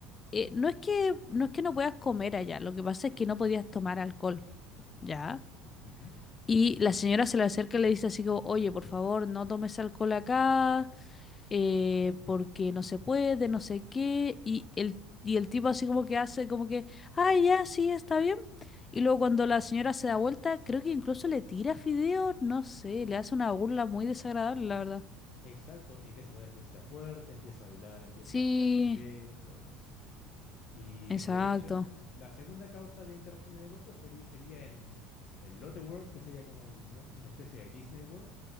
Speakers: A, on the left (about 30°); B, on the left (about 55°).
A: eh, no es que, no es que no puedas comer allá, lo que pasa es que no podías tomar alcohol, ¿ya?
B: ujú.
A: Y la señora se le acerca y le dice así como, oye, por favor, no tomes alcohol acá, eh, porque no se puede, no sé qué, y el, y el tipo así como que hace como que, ay, ya, sí, está bien. Y luego cuando la señora se da vuelta, creo que incluso le tira fideo, no sé, le hace una burla muy desagradable, la verdad.
B: Exacto, y empieza a poner música fuerte, empieza a bailar, empieza
A: Sí,
B: a tirar los fideos, todo eso. Y
A: exacto.
B: de hecho, la segunda causa de interrupción de negocio feri- sería en el Lotte World, que sería como un mu- una especie de Disney World,